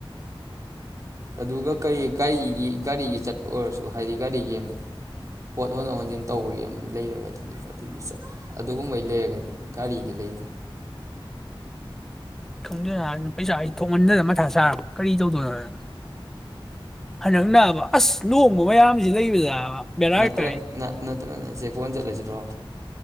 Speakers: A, on the right; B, in the centre.
A: ꯑꯗꯨꯒ ꯀꯔꯤ ꯒꯥꯔꯤꯒꯤ ꯒꯥꯔꯤꯒꯤ ꯆꯠꯄ ꯑꯣꯏꯔꯁꯨ ꯍꯥꯏꯗꯤ ꯒꯥꯔꯤꯒꯤ ꯑꯃꯗꯤ ꯄꯣꯠ ꯍꯣꯟꯗꯣꯛ ꯍꯣꯟꯖꯤꯟ ꯇꯧꯕꯒꯤ ꯑ ꯂꯩꯔꯒꯗꯤ ꯑꯗꯨꯒꯨꯝꯕꯩ ꯂꯩꯔꯒꯗꯤ ꯒꯥꯔꯤꯗꯤ ꯂꯩꯕ
B: ꯈꯪꯗꯦꯅꯍꯥꯟ ꯄꯩꯁꯥꯁꯤ ꯊꯣꯡꯃꯟꯗꯅ ꯃꯊꯥ ꯁꯥꯔꯕ ꯀꯔꯤ ꯇꯧꯗꯣꯏꯅꯣꯅ ꯍꯟꯗꯛ ꯅꯥꯑꯕ ꯑꯁ ꯂꯨꯍꯣꯡꯕ ꯃꯌꯥꯝꯁꯤ ꯂꯩꯕꯗꯕ ꯕꯦꯔꯥ
A: ꯅꯠꯇ꯭ꯔ
B: ꯀꯥꯏ
A: ꯅꯠ ꯅꯠ ꯇ꯭ꯔꯥꯒꯅ ꯆꯦꯛꯀꯣꯟ ꯆꯠꯂꯁꯤꯔꯣ